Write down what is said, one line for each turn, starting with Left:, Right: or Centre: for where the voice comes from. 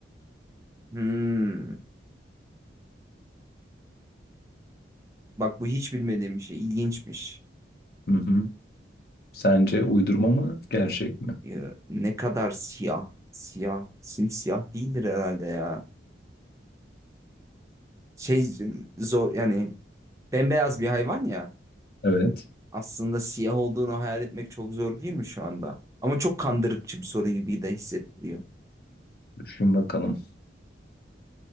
Right: Hmm. Bak bu hiç bilmediğim bir şey. İlginçmiş.
Left: Hı hı. Sence uydurma mı, gerçek mi?
Right: Ya, ne kadar siyah. Siyah. Simsiyah değildir herhalde ya. Şey zor yani bembeyaz bir hayvan ya.
Left: Evet.
Right: Aslında siyah olduğunu hayal etmek çok zor değil mi şu anda? Ama çok kandırıkçı bir soru gibi de hissettiriyor.
Left: Düşün bakalım.